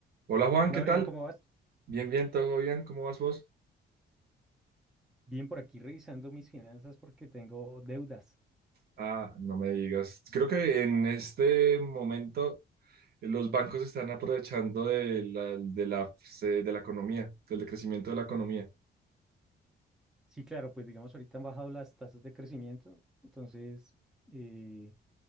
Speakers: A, on the right; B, in the centre.
A: Hola Juan,
B: Hola,
A: ¿qué
B: Brian,
A: tal?
B: ¿cómo vas?
A: Bien, bien, todo bien, ¿cómo vas vos?
B: Bien, por aquí revisando mis finanzas porque tengo deudas.
A: Ah, no me digas. Creo que en este momento eh, los bancos están aprovechando de la, de la, se- de la economía, del decrecimiento de la economía,
B: Sí, claro, pues digamos, ahorita han bajado las tasas de crecimiento, entonces, eh,